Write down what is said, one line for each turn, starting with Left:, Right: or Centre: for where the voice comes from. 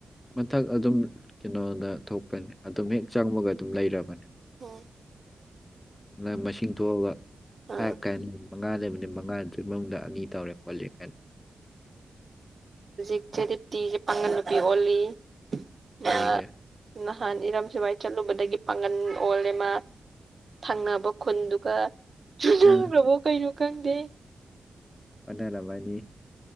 Left: ꯃꯊꯛ ꯑꯗꯨꯝ ꯀꯩꯅꯣꯅ ꯊꯣꯛꯄꯅꯤ ꯑꯗꯨꯝ ꯍꯦꯛ ꯆꯪꯕꯒ ꯑꯗꯨꯝ ꯂꯩꯔꯕꯅꯦ
Right: ꯎꯝ
Left: ꯅꯪ ꯃꯁꯤꯡ ꯊꯣꯛꯑꯒ
Right: ꯑꯥ
Left: ꯐꯥꯏꯚ ꯀꯥꯏꯅ ꯃꯉꯥ ꯂꯩꯕꯅꯤ ꯃꯉꯥꯗ ꯃꯅꯨꯡꯗ ꯑꯅꯤ ꯇꯧꯔꯦ ꯈꯣꯠꯂꯦ ꯀꯥꯏꯅ
Right: ꯍꯧꯖꯤꯛꯁꯦꯗꯤꯇꯤꯤꯁꯦ ꯄꯥꯡꯒꯟ ꯅꯨꯄꯤ ꯑꯣꯜꯂꯤ ꯃꯥ
Left: ꯍꯒ
Right: ꯅꯍꯥꯟ ꯏꯔꯝ ꯁꯋꯥꯏ ꯆꯠꯂꯨꯕꯗꯒꯤ ꯄꯥꯡꯒꯜ ꯑꯣꯜꯂꯦꯃ ꯊꯪꯅꯕ ꯈꯨꯟꯗꯨꯒ ꯆꯨꯅꯈ꯭ꯔꯕꯣ
Left: ꯑ
Right: ꯀꯩꯅꯣ ꯈꯪꯗꯦ
Left: ꯑꯗꯥꯂꯕꯥꯅꯤ